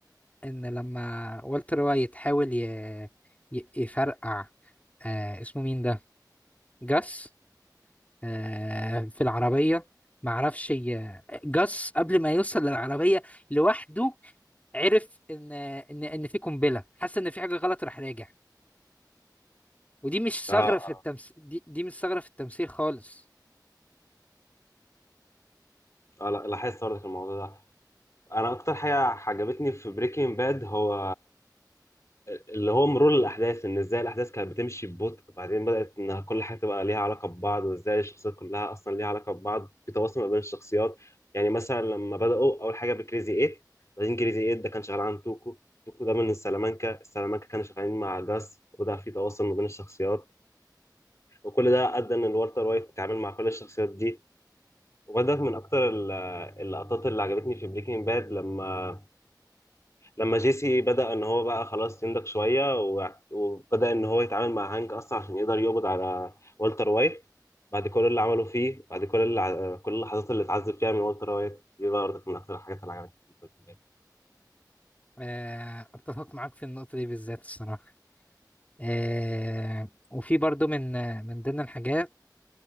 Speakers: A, on the left; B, on the left.
A: ان لما والتر وايت حاول ي... ي... يفرقع آه اسمه مين ده جاس آه في العربية معرفش ي... جاس قبل ما يوصل للعربية لوحده عرف ان ان ان في قنبلة حس ان في حاجة غلط راح راجع ودي مش
B: اه
A: ثغرة
B: اه
A: في التمثيل دي, دي مش ثغرة في التمثيل خالص
B: اه لا، لاحظت برضك الموضوع ده انا اكتر حاجه عجبتني في بريكنج باد هو اللي هو مرور الاحداث ان ازاي الاحداث كانت بتمشي ببطء بعدين بدات انها كل حاجه تبقى ليها علاقه ببعض وازاي الشخصيات كلها اصلا ليها علاقه ببعض في تواصل ما بين الشخصيات يعني مثلا لما بداوا اول حاجه بكريزي 8 بعدين كريزي 8 ده كان شغال عن توكو توكو ده من سلامانكا سلامانكا كانوا شغالين مع جاس وده في تواصل ما بين الشخصيات وكل ده ادى ان الوالتر وايت اتعامل مع كل الشخصيات دي وبدأت من أكتر ال- اللقطات اللي عجبتني في بريكنج باد لما لما جيسي بدأ إن هو بقى خلاص ينضج شوية وع- وبدأ إن هو يتعامل مع هانك أصلا عشان يقدر يقبض على والتر وايت بعد كل اللي عمله فيه بعد كل اللي ع- كل اللحظات اللي اتعذب فيها من والتر وايت دي برضك من أكتر الحاجات اللي عجبتني في بريكنج باد
A: آه اتفق معاك في النقطة دي بالذات الصراحة آه وفي برضو من من ضمن الحاجات